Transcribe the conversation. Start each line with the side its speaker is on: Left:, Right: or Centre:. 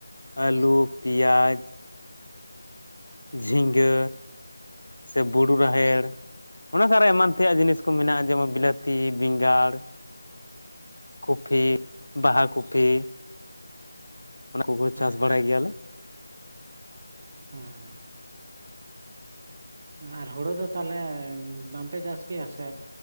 Left: ᱟᱞᱩ ᱯᱮᱭᱟᱡᱽ ᱡᱷᱤᱸᱜᱟᱹ ᱥᱮ ᱵᱩᱨᱩ ᱨᱟᱦᱮᱲ ᱚᱱᱟ ᱠᱚᱨᱚ ᱮᱢᱟᱱ ᱛᱮᱭᱟᱜ ᱡᱤᱱᱤᱥ ᱠᱚ ᱠᱚ ᱢᱮᱱᱟᱜᱼᱟ ᱡᱮᱢᱚᱱ ᱵᱤᱞᱟᱹᱛᱤ ᱵᱮᱸᱜᱟᱲ ᱠᱚᱯᱤ ᱵᱟᱦᱟ ᱠᱚᱯᱤ ᱚᱱᱟ ᱠᱚᱜᱮ
Right: ᱦᱮᱸ
Left: ᱪᱟᱥ ᱵᱟᱲᱟᱭ ᱜᱮᱭᱟᱞᱮ
Right: ᱦᱮᱸ ᱟᱨ ᱦᱩᱲᱩ ᱫᱚ ᱛᱟᱦᱞᱮ ᱵᱟᱝᱯᱮ ᱪᱟᱥ ᱜᱮᱭᱟ ᱥᱮ